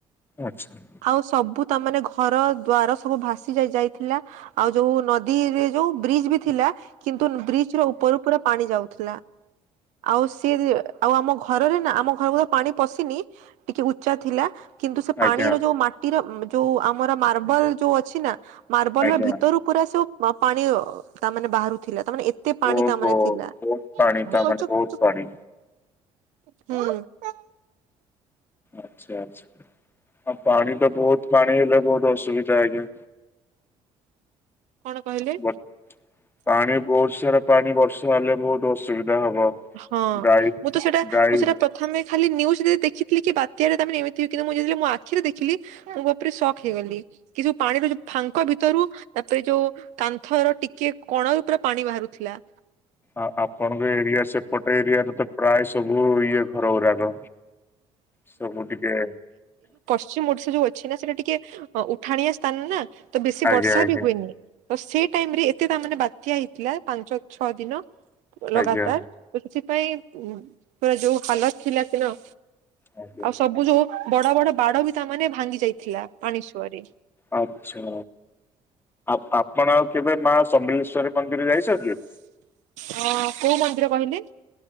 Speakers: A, on the left; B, on the right.
A: ଆଚ୍ଛା।
B: ଆଉ ସବୁ ତା ମାନେ ଘର ଦ୍ଵାର ସବୁ ଭାସି ଯାଇ ଯାଇଥିଲା। ଆଉ ଯୋଉ ନଦୀରେ ଯୋଉ ବ୍ରିଜ ବି ଥିଲା କିନ୍ତୁ ବ୍ରିଜର ଉପରୁ ପୁରା ପାଣି ଯାଉଥିଲା। ଆଉ ସିଏ ଆଉ ଆମ ଘରରେ ନା ଆମ ଘରକୁ ତ ପାଣି ପଶିନି ଟିକେ ଉଚ୍ଚା ଥିଲା। କିନ୍ତୁ ସେ
A: ଆଜ୍ଞା
B: ପାଣିର ଯୋଉ ମାଟିର ଯୋଉ ଆମର ମାର୍ବଲ ଯୋଉ ଅଛି ନା ମାର୍ବଲର
A: ଆଜ୍ଞା
B: ଭିତରୁ ପୁରା ସବୁ ପାଣିଓ ତା ମାନେ ବାହାରୁଥିଲା ତା ମାନେ ଏତେ ପାଣି
A: ଓହୋ
B: ତା
A: ବହୁତ
B: ମାନେ ଥିଲା।
A: ପାଣି
B: ହୁଁ।
A: ତା ମାନେ ବହୁତ ପାଣି ଆଚ୍ଛା ଆଚ୍ଛା ଆଉ ପାଣି ତ ବୋହୁତ ପାଣି ହେଲେ ବୋହୁତ ଅସୁବିଧା ଆଜ୍ଞା।
B: କଣ କହିଲେ?
A: ବ- ପାଣି ବୋହୁତ ସାରା ପାଣି ବର୍ଷା ହେଲେ ବୋହୁତ ଅସୁବିଧା ହବ।
B: ହଁ
A: ଗାଈ
B: ମୁଁ ତ ସେଟା
A: ଗାଈ
B: ମୁଁ ସେଟା ପ୍ର ପ୍ରଥମେ ଖାଲି ନିଉଜ ଦେଖିଥିଲି କି ବାତ୍ୟାରେ ତା ମାନେ ଏମିତି କିନ୍ତୁ ମୁଁ ଯେତେବେଳେ ମୁଁ ଆଖିରେ ଦେଖିଲି। ମୁଁ <unintelligible> ଶକ ହେଇଗଲି କି ଯୋଉ ପାଣିର ମୋ ଫାଙ୍କ ଭିତରୁ ତାପରେ ଯୋଉ କାନ୍ଥର ଟିକେ କଣରୁ ପୁରା ପାଣି ବାହାରୁଥିଲା।
A: ଆ ଆପଣଙ୍କ ଏରିଆ ସେପଟେ ଏରିଆରେ ତ ପ୍ରାୟ ସବୁ ଇଏ ଘର ଗୁରାଗ ସବୁ ଟିକେ
B: ଅଛି ମୋର ସେ ଯୋଉ ଅଛି ନା ସେଟା ଟିକେ ଉଠାଣିଆ ସ୍ଥାନ ନା ତ ବେଶୀ
A: ଆଜ୍ଞା
B: ବର୍ଷା
A: ଆଜ୍ଞା।
B: ବି ହୁଏନି। ତ ସେଇ ଟାଇମ୍ ରେ ଏତେ ତା ମାନେ ବାତ୍ୟା ହେଇଥିଲା ପାଞ୍ଚ ଛଅ ଦିନ ଲଗାତାର
A: ଆଜ୍ଞା
B: ତ ସେଥିପାଇଁ ପୁରା ଯୋଉ ହାଲତ ଥିଲା ସେନ।
A: ଆଜ୍ଞା।
B: ସବୁ ଯୋଉ ବଡ ବଡ ବାଡ ବି ତାମାନେ ଭାଙ୍ଗି ଯାଇଥିଲା ପାଣି ସୁଅରେ।
A: ଆଚ୍ଛା ଆଉ ଆପଣ ଆଉ କେବେ ମା ସମଲେଶ୍ୱରୀ ମନ୍ଦିର ଯାଇଚନ୍ତି।
B: ହଁ। କୋଉ ମନ୍ଦିର କହିଲେ?